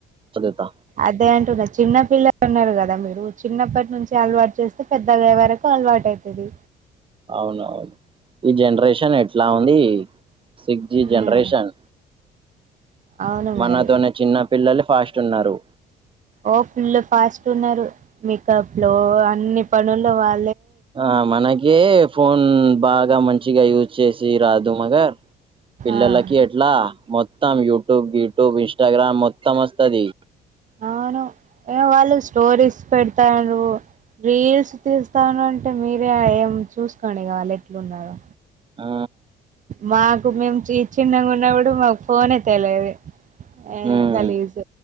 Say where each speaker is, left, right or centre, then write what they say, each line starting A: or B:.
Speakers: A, on the right (about 30°); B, on the right (about 50°).
A: చదువుతా
B: అదే అంటున్నా చిన్న పిల్లలు ఉన్నారు కదా మీరు చిన్నప్పటి నుంచి అలవాటు చేస్తే పెద్దగాయ వరకు అల్వాటయితది
A: అవునవును ఈ జనరేషన్ ఎట్లా ఉంది సిక్స్ జి జనరేషన్
B: ఉమ్ అవును
A: మనతోనే
B: మరి
A: చిన్న పిల్లలు ఫాస్ట్ ఉన్నారు
B: ఓ ఫుల్ ఫాస్ట్ ఉన్నారు మేకప్ లో అన్ని పనుల్లో వా
A: ఆ మనకే ఫోన్ బాగా మంచిగా యూజ్ చేసి రాదు మగ పిల్లలకి
B: ఆ
A: ఎట్లా మొం మొత్తం యుట్యూబ్ గి ట్యూబ్ ఇన్స్టాగ్రామ్ మొత్తం వస్తది
B: అవును ఏ వాళ్ళు స్టోరీస్ పెడతారూ రీల్స్ తీస్తారూ అంటే మీరే ఏం చూసుకోని ఇంగ వాళు ఎట్లు ఉన్నారు
A: ఆ
B: మాకు మేము చిన్నంగా ఉన్నప్పుడు మాకు ఫోన్ ఏ తెలిదు ఏ
A: ఉమ్
B: గలీజ్